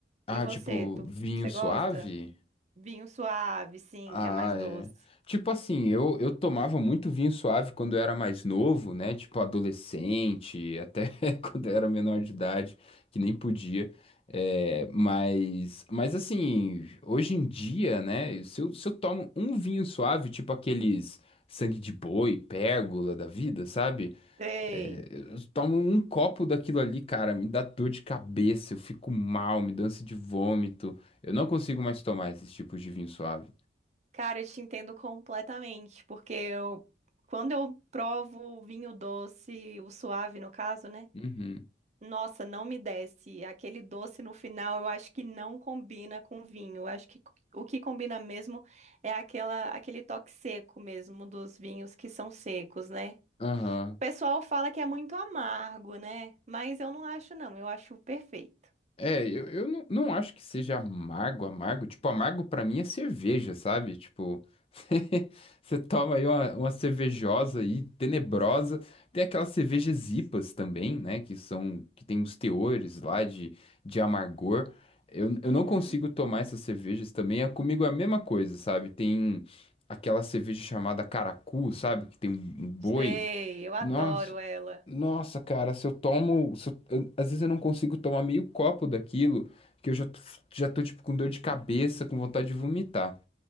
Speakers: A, on the left (about 30°); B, on the right (about 40°).
A: Ah,
B: E você,
A: tipo,
B: tu,
A: vinho
B: você
A: suave?
B: gosta? Vinho suave, sim,
A: Ah,
B: que é mais doce.
A: é. Tipo assim, eu, eu tomava muito vinho suave quando eu era mais novo, né? Tipo adolescente, até <laughs> quando eu era menor de idade, que nem podia. É, mas, mas assim, hoje em dia, né? Se eu, se eu tomo um vinho suave, tipo aqueles sangue de boi, pérgola da vida, sabe?
B: Ei,
A: É, eu tomo um copo daquilo ali, cara, me dá dor de cabeça, eu fico mal, me dá ânsia de vômito. Eu não consigo mais tomar esses tipos de vinho suave.
B: cara, eu te entendo completamente, porque eu, quando eu provo vinho doce, o suave no caso, né?
A: Uhum.
B: Nossa, não me desce. Aquele doce no final, eu acho que não combina com vinho. Eu acho que o que combina mesmo é aquela, aquele toque seco mesmo dos vinhos que são secos, né?
A: Aham.
B: O pessoal fala que é muito amargo, né? Mas eu não acho, não. Eu acho perfeito.
A: É, eu, eu não, não acho que seja amargo, amargo. Tipo, amargo pra mim é cerveja, sabe? Tipo, <laughs> você toma aí uma, uma cervejosa aí, tenebrosa. Tem aquelas cervejas IPAs também, né? Que são, que tem uns teores lá de, de amargor. Eu, eu
B: Uhum.
A: não consigo tomar essas cervejas também. É comigo é a mesma coisa, sabe? Tem aquela cerveja chamada Caracu, sabe? Que tem um um boi.
B: Sei, eu adoro
A: Nossa,
B: ela.
A: nossa, cara, se eu tomo, se eu- eu- às vezes eu não consigo tomar meio copo daquilo, que eu já tô, já tô tipo com dor de cabeça, com vontade de vomitar.